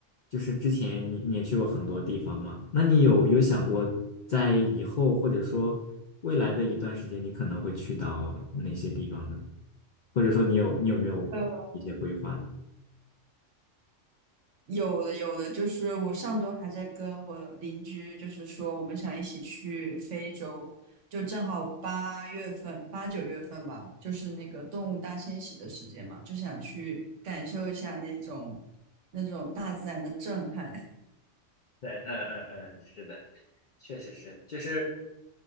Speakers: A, on the left (about 60°); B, on the right (about 70°).
A: 就是之前你你也去过很多地方嘛？那你有有想过在以后或者说未来的一段时间，你可能会去到哪些地方呢？或者说你有你有没有一些规划呢？
B: 呃，有的有的，就是我上周还在跟我邻居，就是说我们想一起去非洲，就正好八月份、八九月份吧，就是那个动物大迁徙的时间嘛，就想去感受一下那种那种大自然的震撼。<laughs>
A: 对，嗯嗯嗯，是的，确实是，就是。